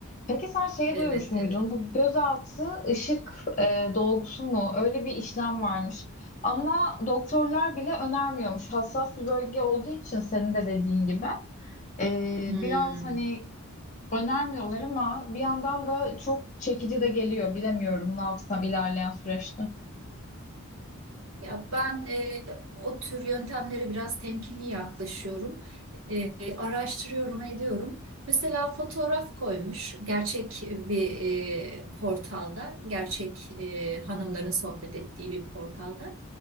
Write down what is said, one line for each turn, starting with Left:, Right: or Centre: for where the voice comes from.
Left: Peki sen şey
Right: evet
Left: duymuş muydun?
Right: evet.
Left: Bu gözaltı ışık e, dolgusu mu? Öyle bir işlem varmış. Ama doktorlar bile önermiyormuş. Hassas bir bölge olduğu için senin de dediğin gibi. Ee,
Right: Hmm.
Left: biraz hani önermiyorlar ama bir yandan da çok çekici de geliyor. Bilemiyorum ne yapsam ilerleyen süreçte.
Right: Ya ben e, o tür yöntemlere biraz temkinli yaklaşıyorum. E, araştırıyorum, ediyorum. Mesela fotoğraf koymuş gerçek bir e, portalda, gerçek e, hanımların sohbet ettiği bir portalda.